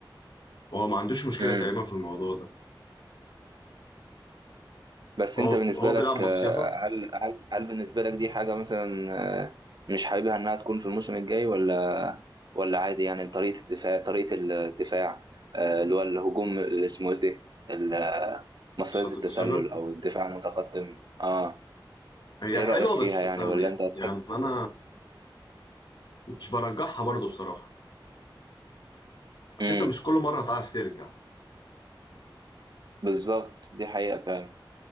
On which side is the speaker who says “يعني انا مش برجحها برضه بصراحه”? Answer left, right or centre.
Left